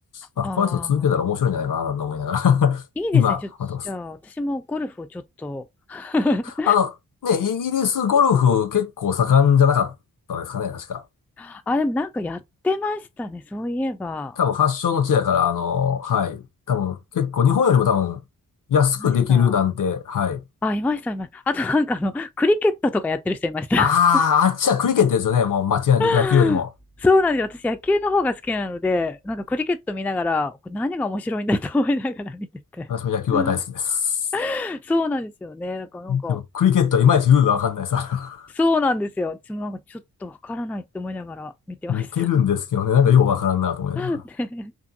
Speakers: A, on the left; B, in the centre.
A: まあ、
B: あ
A: この人続けたら面白いんじゃないかなと思いながら
B: あ、
A: <laughs>
B: いいですね。
A: 今、
B: ちょっと、
A: 思ってます。
B: じゃあ、私もゴルフをちょっと。<laughs>
A: あの、ね、イギリスゴルフ結構盛んじゃなかったですかね、確か。
B: あ、でもなんかやってましたね。そういえば。
A: 多分発祥の地やから、あの、はい。多分結構日本よりも多分安くできるなんて、
B: いました。
A: はい。
B: あ、いました、いました。あとなんかあの、クリケットとかやってる人いました。
A: ああ、あっちはクリケットですよね、もう間違いなく野球よりも。
B: <laughs> そうなんですよ。私、野球の方が好きなので、なんかクリケット見ながら、これ何が面白いんだと思いながら見てて。
A: 私も野球は大好きです。
B: <laughs> そうなんですよね。だからなんか、
A: でも、クリケットはいまいちルールがわかんないさ。
B: そうなんですよ。私もなんかちょっとわからないって思いながら見てました。
A: <laughs> 似てるんですけどね、なんかようわからんなと思いながら。
B: <laughs> で